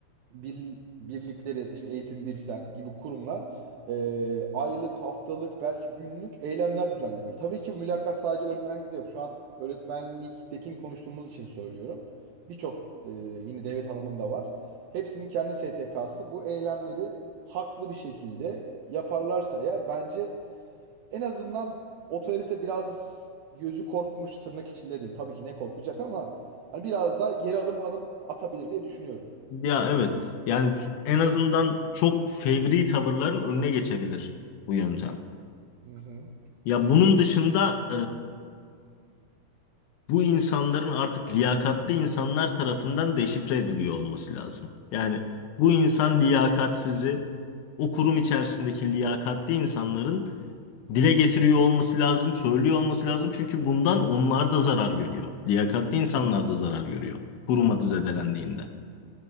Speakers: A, on the right; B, on the left.
A: bir, birlikleri işte Eğitim Birsen gibi kurumlar e, aylık, haftalık belki günlük eylemler düzenlemeli. Tabii ki bu mülakat sadece öğretmenlikte yok. Şu an öğretmenliktekini konuştuğumuz için söylüyorum. Birçok e, yine devlet alımında var. Hepsinin kendi STK'sı. Bu eylemleri haklı bir şekilde yaparlarsa eğer bence en azından otorite biraz gözü korkmuş tırnak içinde diyeyim. Tabii ki ne korkacak ama hani biraz daha geri adım adım atabilir diye düşünüyorum.
B: Ya evet. Yani ç- en azından çok fevri tavırların önüne geçebilir bu yöntem.
A: Hı hı.
B: Ya bunun dışında bu insanların artık liyakatli insanlar tarafından deşifre ediliyor olması lazım. Yani bu insan liyakatsizi o kurum içerisindeki liyakatli insanların dile getiriyor olması lazım, söylüyor olması lazım. Çünkü bundan onlar da zarar görüyor. Liyakatli insanlar da zarar görüyor kurum adı zedelendiğinde.